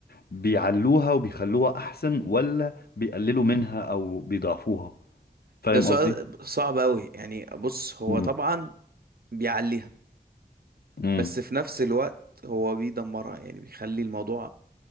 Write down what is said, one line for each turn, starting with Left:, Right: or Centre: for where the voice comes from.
Left: بيعلوها وبيخلوها احسن ولا بيقللوا منها او بيضعفوها فاهم
Right: ده سؤال
Left: قصدي؟
Right: صعب قوي يعني بص هو
Left: امم
Right: طبعا بيعليها
Left: امم
Right: بس في نفس الوقت هو بيدمرها يعني بيخلي الموضوع